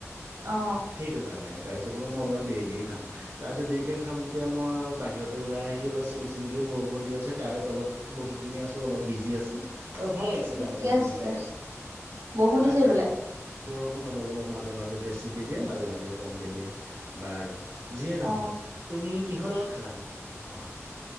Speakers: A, on the right (about 80°); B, on the right (about 55°).
A: অ
B: সেইটো কাৰণে তাৰপিছত বোলো মই অলপ দেৰিকে খাম, তাৰপিছত দেৰিকে খাম যেতিয়া মই আৰু বাহিৰতে ওলাই আহি অলপ চিম চিমকে বৰষ ষুণ দি আছে তাৰে তলত বহি কিনি আছো অলপ বিজি আছো,, অ ভাল লাগিছে
A: ঠিকে
B: তাৰ মানে বিজি
A: আছে
B: কিনি আচ
A: বৰষুণ দিছে
B: আচ্ছা
A: সেইফালে
B: বৰ বৰষুণ অলপ অলপ মাজে মাজে বেছিকে দিয়ে মাজে মাজে কমকে দিয়ে, বাৰু যিয়ে নহওক
A: অ
B: তুমি কিহৰ লগত খালা বাহ